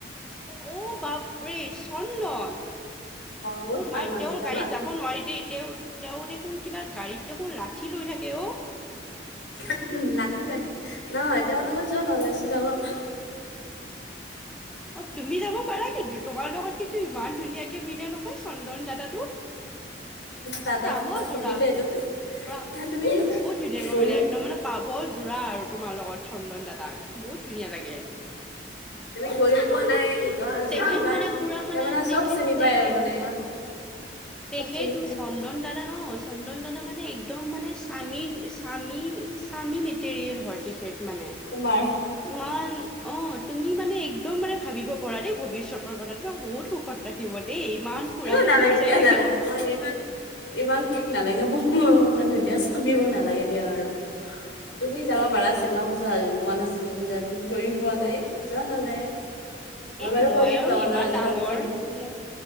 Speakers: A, in the centre; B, on the left.
A: ঔ, বাপৰে চন্দন,
B: বহুত
A: অ'
B: ভাল
A: মাই
B: মানুহ
A: তেওঁৰ
B: যাবা
A: গাড়ীত যাব যাব নোৱাৰি দেই, তেওঁৰ, তেওঁ দেখোন কিবা গাড়ীত দেখোন লাঠি লৈ থাকে ঔ?
B: <unintelligible> লাঠি ৰাখে, নহয় তেওঁৰ লগত যোৱা নহ'লে শ্বিলংত
A: অ, তুমি যাব পাৰা কিন্তু, তোমাৰ লগত কিন্তু ইমান ধুনীয়াকে মিলে নহয়, চন্দন দাদাটো।
B: দাদা
A: পাভো
B: মোৰ লগত
A: যোৰা
B: নিমিলে তুমি
A: প্ৰা
B: তুমি
A: বহুত
B: গৈয়ো
A: মিলে একদম মানে পাব যোৰা আৰু তোমাৰ লগত চন্দন দাদাক বহুত ধুনীয়া লাগে।
B: তুমি গৈ পোৱা নাই গ যোৱা
A: তেখেত
B: এবাৰ
A: মানে
B: তাৰমানে
A: পুৰা মানে
B: চব
A: তেখেত
B: চিনি
A: তেখেত
B: পাই আৰু মানে চব
A: তেখেত
B: চিনি
A: তুমি
B: পায়
A: চন্দন দাদা ন' চন্দন দানা মানে একদম মানে স্বামীৰ স্বামী স্বামী মেটেৰিয়েল হয় তেখেত মানে।
B: তোমাৰ
A: মই অঁ, তুমি মানে একদম মানে ভাবিব পৰা দেই ভৱিষ্যতৰ কথা তোমাক বহুত সুখত ৰাখিব। দেই ইমান ফুৰাব
B: এ নালাগে
A: লৈ যাই
B: দিয়া
A: থাক
B: নালাগে মই ইমান ইমান সোখ নালাগে মোক, ইমান ধুনীয়া স্বামীও নালাগে দিয়া আৰু তুমি যাব পাৰা শ্বিলঙ যোৱা মন আছে যদি যোৱা তুমি গৈও পোৱা নাই যোৱা নহ'লে।
A: এ
B: বাৰু
A: মই
B: কৈ দিম
A: আৰু
B: লগৰ
A: ইমান
B: ল'ৰাজনক
A: ডাঙৰ
B: কৈ দিম
A: মই,